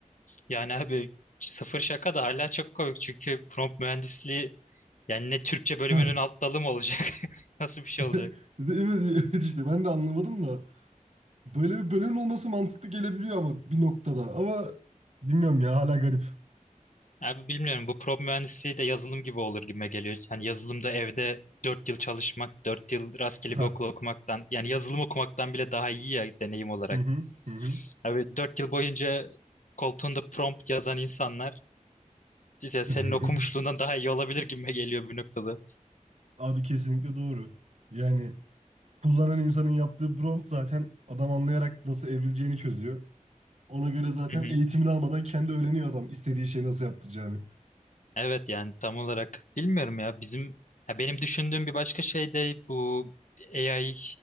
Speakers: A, on the left; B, on the right.
A: Yani abi sıfır şaka da hala çok komik. Çünkü prompt mühendisliği yani ne Türkçe bölümünün
B: Heh.
A: alt dalı mı olacak? <laughs> Nasıl bir şey
B: <laughs>
A: olacak?
B: Evet, evet işte ben de anlamadım da. Böyle bir bölüm olması mantıklı gelebiliyor ama bir noktada. Ama bilmiyorum ya hala garip.
A: Abi bilmiyorum bu prop mühendisliği de yazılım gibi olur gibime geliyor. Yani yazılımda evde 4 yıl çalışmak, 4 yıl rastgele
B: Ha.
A: bir okul okumaktan yani yazılım okumaktan bile daha iyi ya deneyim olarak.
B: Hı hı. Hı
A: Abi 4 yıl boyunca koltuğunda prompt yazan insanlar işte senin
B: hı.
A: okumuşluğundan
B: <laughs>
A: daha iyi olabilir gibime geliyor bir noktada.
B: Abi kesinlikle doğru. Yani kullanan insanın yaptığı prompt zaten adam anlayarak nasıl evrileceğini çözüyor. Ona göre zaten
A: Hı hı.
B: eğitimini almadan kendi öğreniyor adam istediği şeyi nasıl yaptıracağını.
A: Evet yani tam olarak bilmiyorum ya bizim ya benim düşündüğüm bir başka şey de bu AI